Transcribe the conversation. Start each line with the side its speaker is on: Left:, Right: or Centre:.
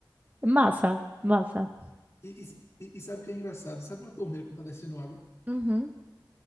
Right: massa, massa.
Left: E, e, e sabe o que é engraçado? Sabe uma torneira quando está descendo água?
Right: Uhum,